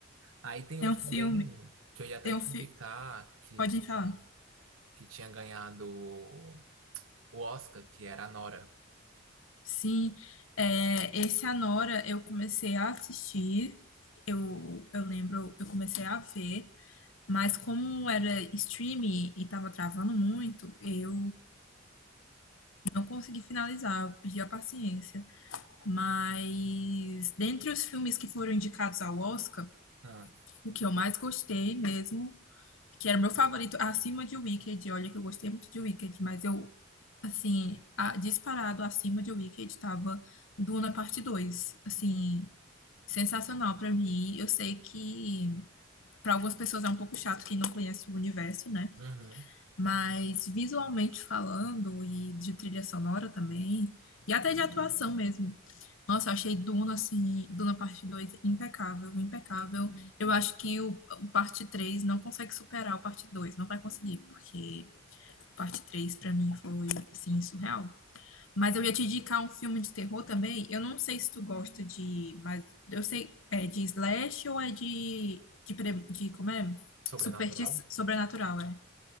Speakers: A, on the right (about 80°); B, on the left (about 75°).
A: Aí tem
B: Tem
A: outro
B: um filme,
A: também que eu ia até
B: tem um
A: te
B: filme...
A: indicar que
B: Pode
A: tinha,
B: ir falar.
A: que tinha ganhado o Oscar, que era a Nora.
B: Sim, é, esse Anora eu comecei a assistir, eu, eu lembro, eu comecei a ver, Mas como era streaming e tava travando muito, eu não consegui finalizar, eu pedi a paciência. Mas dentre os filmes que foram indicados ao Oscar,
A: Ah,
B: o que eu mais gostei mesmo, que era o meu favorito acima de Wicked, olha que eu gostei muito de Wicked, mas eu assim, a- disparado acima de Wicked tava Duna Parte Dois, assim, sensacional pra mim. Eu sei que pra algumas pessoas é um pouco chato quem não conhece o universo, né?
A: Uhum.
B: Mas visualmente falando, e de trilha sonora também, e até de atuação mesmo. Nossa, eu achei Duna, assim, Duna Parte dois impecável, impecável. Eu acho que o, o Parte 3 não consegue superar o Parte 2 não vai conseguir, porque o Parte 3 pra mim foi, assim, surreal. Mas eu ia te indicar um filme de terror também, eu não sei se tu gosta de, mas eu sei, é de slash ou é de, de, pre- de como é?
A: Sobrenatural?
B: Superti sobrenatural, é.